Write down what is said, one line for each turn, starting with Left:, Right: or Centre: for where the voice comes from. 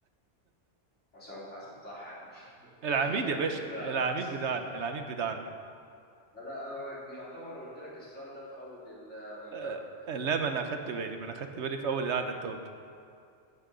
Left: عشان <laughs> عشان صح يا عم.
Right: العميد
Left: <laughs>
Right: يا باشا
Left: انت كده
Right: العميد
Left: كسبت
Right: بتاعنا العميد بتاعنا
Left: لا لا، انا يعتبر قلت لك السؤال ده في اول المكالمة
Right: آه، لا ما انا اخدت بالي ما انا اخدت بالي في اول القعده انت قلته